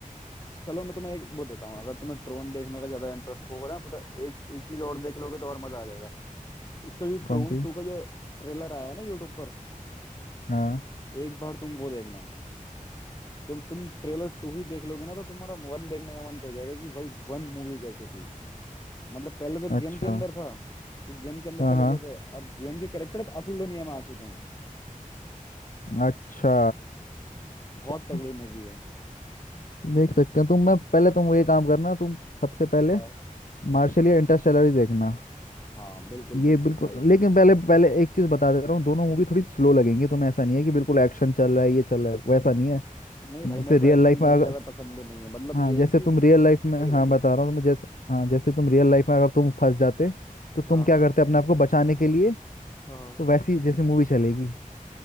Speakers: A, on the left (about 25°); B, on the left (about 70°).
A: चलो मैं तुम्हें एक वो देता हूँ अगर तुम्हें ट्रोन देखने का ज्यादा इंटरेस्ट होगा ना पता एक एक चीज और देख लोगे तो और मजा आ जाएगा इसका भी
B: कौन
A: ट्रोन
B: सी
A: टू का जो ट्रेलर आया है ना यूट्यूब पर
B: हाँ
A: एक बार तुम वो देखना जब तुम ट्रेलर टू ही देख लोगे ना तो तुम्हारा वन देखने का मन कर जाएगा कि भाई वन मूवी कैसी थी मतलब पहले तो
B: अच्छा
A: गेम के अंदर था कि गेम के अंदर
B: हाँ
A: चले
B: हाँ
A: गए थे अब गेम के करेक्टर अब असल दुनिया में आ चुके हैं
B: अच्छा
A: बहुत
B: चलो
A: तगड़ी मूवी है
B: देख सकते हैं तुम मैं पहले तुम ये काम करना तुम सबसे पहले
A: हाँ
B: मार्शल या इंटरस्टेलर ही देखना
A: हाँ बिल्कुल बिल्कुल
B: ये बिल्कुल
A: भाई
B: लेकिन पहले पहले एक चीज बता दे रहा हूँ दोनों मूवी थोड़ी स्लो लगेंगी तुम्हें ऐसा नहीं है कि बिल्कुल एक्शन चल रहा है ये चल रहा है वैसा नहीं है
A: नहीं
B: जैसे
A: भाई मेरे को
B: रियल
A: एक्शन
B: लाइफ
A: मूवी
B: में अगर
A: ज्यादा पसंद भी नहीं है मतलब
B: हाँ
A: ये
B: जैसे
A: है कि
B: तुम रियल लाइफ में
A: सही
B: हाँ
A: लगे
B: बता रहा हूँ तुम्हें जैसे हाँ जैसे तुम रियल लाइफ में अगर तुम फंस जाते तो तुम
A: हाँ
B: क्या करते अपने आप को बचाने के लिए
A: हाँ
B: तो वैसी जैसी मूवी चलेगी